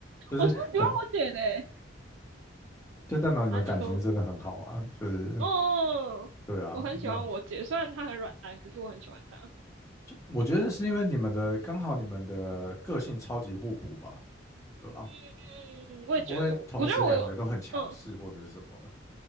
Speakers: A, on the left; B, on the right.
A: 就是很，
B: 我超喜欢我姐的欸
A: 就代表你们感情真的很好啊，
B: 啊，你说
A: 就是
B: 哦。
A: 对啊，
B: 我很喜欢我姐，
A: 那
B: 虽然她很软烂，可是我很喜欢她。
A: 我觉得是因为你们的刚好你们的个性超级互补吧，对吧、
B: 嗯，我也觉得，
A: 就不会同时两个都很强势或者是什么。
B: 我觉得我有，嗯